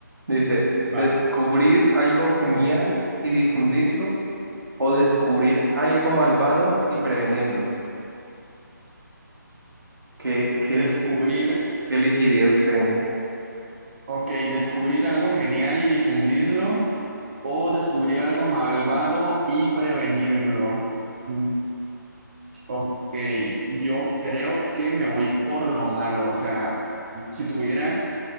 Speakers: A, on the right (about 80°); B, on the right (about 35°).
A: Dice, descubrir
B: va.
A: algo genial y difundirlo o descubrir algo malvado y prevenirlo. ¿Qué, qué,
B: Descubrir,
A: qué- qué elegiría usted?
B: ok, descubrir algo genial y difundirlo o descubrir algo malvado y prevenirlo. Mm, Ok, yo creo que me voy por lo malo, o sea, si tuviera